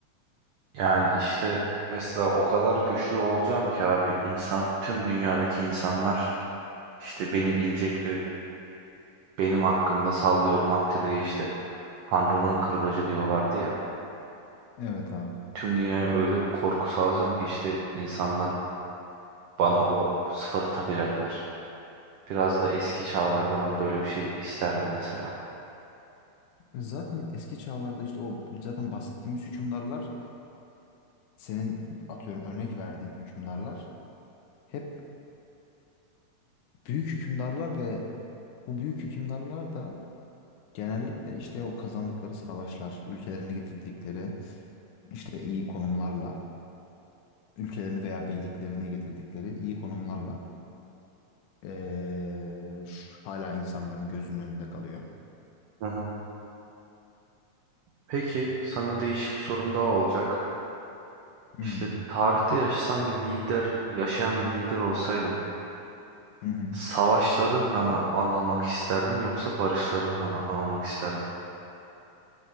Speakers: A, on the right; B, on the left.
A: Yani işte mesela o kadar güçlü olacağım ki abi insan tüm dünyadaki insanlar işte beni bilecek ve Benim hakkımda sallıyorum Attila'yı işte Tanrı'nın kırbacı diyorlardı ya.
B: Evet abi.
A: Tüm dünyaya öyle bir korku salacağım ki işte insanlar bana o sıfatı takacaklar. Biraz da eski çağlarda ben böyle bir şey isterdim mesela.
B: E, Zaten eski çağlarda işte o zaten bahsettiğimiz hükümdarlar senin atıyorum örnek verdiğin hükümdarlar hep büyük hükümdarlar ve bu büyük hükümdarlar da genellikle işte o kazandıkları savaşlar, ülkelerini getirdikleri işte iyi konumlarla ülkelerini veya beyliklerini getirdikleri iyi konumlarla eee, şu- hala insanların gözünün önünde kalıyor.
A: Hı hı. Peki sana değişik bir sorum daha olacak.
B: Hı
A: İşte
B: hı.
A: tarihte yaşasan bir lider, yaşayan bir lider olsaydın,
B: Hı hı.
A: savaşlarınla mı anılmak isterdin yoksa barışlarınla mı anılmak isterdin?